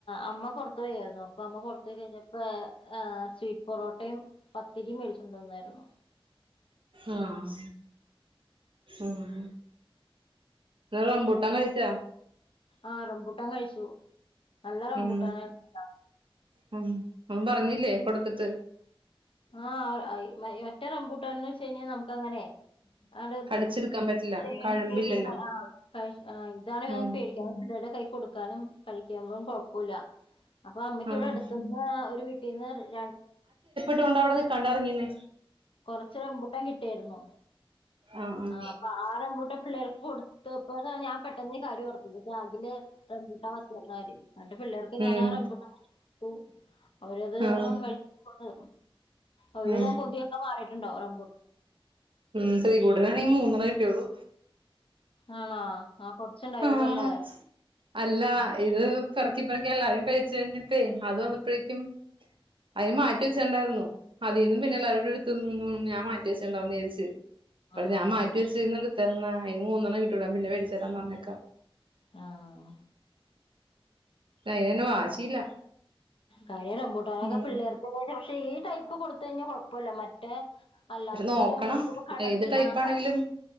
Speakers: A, on the left; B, on the right.
A: അമ്മ പൊറത്ത് പോയായിരുന്നു അപ്പൊ അമ്മ പുറത്ത് പോയി കഴിഞ്ഞപ്പോ ആ സ്വീറ്റ് പൊറോട്ടയും പത്തിരിയും മേടിച്ചിണ്ടോന്നായിരുന്നു
B: ആഹ ആഹ <unintelligible> റംബുട്ടാൻ കഴിച്ചോ
A: ആഹ റംബൂട്ടാൻ കഴിച്ചു നല്ല റംബൂട്ടാനായിരുന്നു
B: ഉം ഉം ഓൻ പറഞ്ഞില്ലേ കൊടുത്തിട്ട്
A: ആഹ <unintelligible> മറ്റേ റംബൂട്ടാണെന്നുവെച്ചഴിഞ്ഞാ നമുക്ക് അങ്ങനെ അടെ
B: കടിച്ചെടുക്കാൻ പറ്റില്ല
A: പേടി
B: കഴമ്പില്ലല്ലോ
A: പേടിയ ആ ആ ഇതാണ്
B: ഉം
A: പേടിക്കാൻ ചരുടെ കൈ കൊടുക്കാനും കഴ <unintelligible> ക്കോ പോല അപ്പൊ അമ്മയ്ക്ക്
B: ആഹ്
A: ഇവിടെ അടുത്തന്ന് ഒരു വീട്ടീന്ന് രണ്ട്
B: ട്ടുണ്ട് അവിടെ നികാണ്ട് എറങ്ങിന്നേ
A: കൊറച്ച് റമ്പു ട്ടാൻ കിട്ടിയിരുന്നു
B: ആഹ് ആഹ്
A: ആ അപ്പൊ ആ റംബൂട്ടാൻ പിള്ളേർക്ക് കൊടുത്തപ്പോ ഞാൻ പെട്ടെന്ന് കാര്യം ഓർത്തത് ബാഗില് റംബൂട്ടാൻ വച്ചേകണ കാര്യം എന്നിട്ട് പിള്ളേർക്ക് ഞാൻ
B: ഉം
A: ആ റംബൂട്ടാൻ കൊടുത്തു അവരത്
B: ആഹ്
A: ആ കഴിച്ച് <unintelligible> പോ അവര്താ
B: ഉം
A: കൊതിയ ഉണ്ടോ <unintelligible>
B: ഉം ശ്രീ കൂട്ടനണെങ്കി മൂന്നെണ്ണ കിട്ടിയൊള്ളൂ
A: ആണോ ആഹ് കൊറച്ചിണ്ടായൊള്ളൂല്ലേ
B: ആഹ് അല്ല
A: ആഹ്
B: ഇത് പെറക്കി പെറക്കി എല്ലാരും കഴിച്ച് കഴിഞ്ഞപേ അത് വന്നപ്പഴേക്കും അതിന് മാറ്റി വെച്ചിട്ടണ്ടായിരുന്നു അതീന്ന് പിന്നെല്ലാവരുടെ ഇടുത്ത് തിന്നന്നെ ഞാൻ മാറ്റിവെച്ചട്ടണ്ടാവുന്ന് വിചാരിച് അപ
A: ആ ആ
B: ഞാൻ മാറ്റി വെച്ചെന്നിടിത് തന്ന അതിന് മൂന്നെണ്ണാ കിട്ടി <unintelligible> പിന്നെ വേടിച്ചരാന്ന് പറഞ്ഞേക്കാ
A: ആഹ്
B: അതിനന്നെ വാശിയില്ല
A: കാര്യം റബുട്ടാനൊക്കെ
B: ഉം
A: പിള്ളേർക്ക് പക്ഷെ ഈ ടൈപ്പ് കൊടുത്ത് കഴിഞ്ഞാ കൊഴ പ്പല്ല മറ്റേ അല്ലാത്ത
B: പക്ഷെ നോക്കണം
A: തരം കൊടുകും ഭ കടമ്പിലാത
B: ഏത് ടൈപ്പ് ആണെങ്കിലും